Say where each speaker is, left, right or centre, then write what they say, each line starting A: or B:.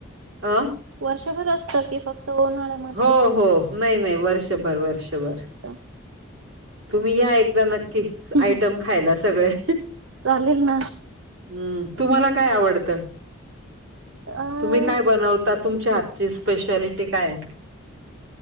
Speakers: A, on the right; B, on the right.
A: अं
B: वर्षभर असतात की फक्त उन्हाळा्यात.
A: हो हो नाही नाही वर्षभर वर्षभर.
B: चा.
A: तुम्ही या एकदा नक्की
B: हम्म.
A: आयटम खायला सगळे.
B: चालेल ना.
A: हम्म तुम्हाला काय आवडत
B: अ
A: तुम्ही. काय बनवता तुमच्या हातची स्पेशालिटी काय आहे.